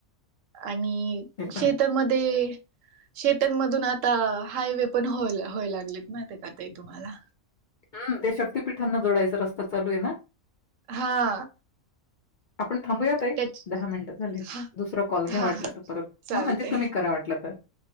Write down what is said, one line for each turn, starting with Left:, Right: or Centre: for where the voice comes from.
Right: आणि
Left: ते पण
Right: शेतामध्ये
Left: आहे.
Right: शेतांमधून आता हायवे पण होय होय लागलेत ना ते का ताई तुम्हाला.
Left: हम् ते शक्ततीपीठांना जोडायचा रस्ता चालू ए ना.
Right: हा.
Left: आपण थांबूयात ताई,
Right: त्या
Left: दहा मिनिटं झाले
Right: हा
Left: दुसरा कॉल घ्या
Right: हा
Left: वाटलं तर परत.
Right: चालते
Left: ह म्हणजे तुम्ही करा वाट वाटलं तर.